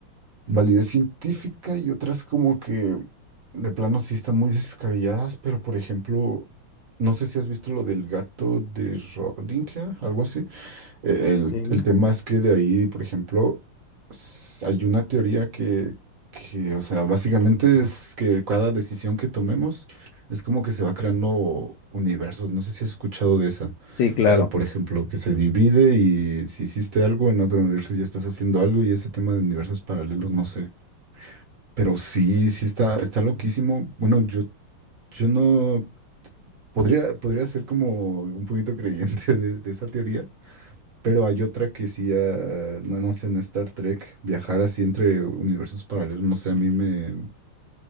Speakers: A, on the right (about 50°); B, on the left (about 70°).
A: validez científica y otras como que de plano sí están muy descabelladas, pero por ejemplo, no sé si has visto lo del gato de Schrödinger, algo así e-, El,
B: Sí.
A: el tema es que de ahí, por ejemplo, s- hay una teoría que, que, o sea, básicamente es que cada decisión que tomemos es como que se va creando universos. No sé si has escuchado de esa.
B: Sí, claro.
A: O sea, por ejemplo, que se divide y si hiciste algo en otro universo ya estás haciendo algo y ese tema de universos paralelos, no sé. Pero sí, sí está, está loquísimo. Bueno, yo, yo no podría, podría ser como un poquito <laughs> creyente de de esa teoría. Pero hay otra que sí, ah, no, no sé, en Star Trek, viajar así entre universos paralelos, no sé, a mí me...